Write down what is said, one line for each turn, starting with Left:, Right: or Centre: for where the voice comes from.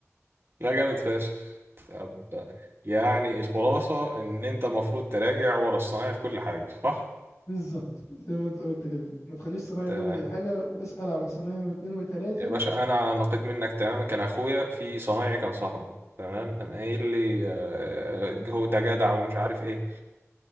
Right: لا جامد فشخ طب يعني الخلاصة إن أنت المفروض تراجع ورا الصنايعي في كل حاجة صح؟
Left: بالظبط زي ما انت قلت كده ما تخليش الصنايعي
Right: تمام
Left: يجيب لك الحاجه واسال على الصنايعي واثنين وثلاثه
Right: يا باشا أنا نقيت منك تماما كان أخويا في صنايعي كان صاحبه تمام قام قايل لي آه، هو ده جدع ومش عارف إيه